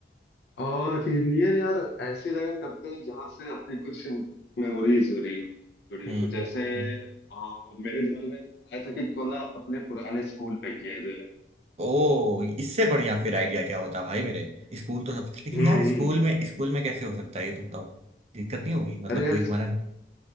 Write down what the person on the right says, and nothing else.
हम्म
ओ इससे बढ़िया फिर आइडिया क्या होता भाई मेरे स्कूल तो सब लेकिन
यार स्कूल
में स्कूल में कैसे हो सकता है ये तो बताओ दिक्कत नहीं होगी मतलब
कोई
मना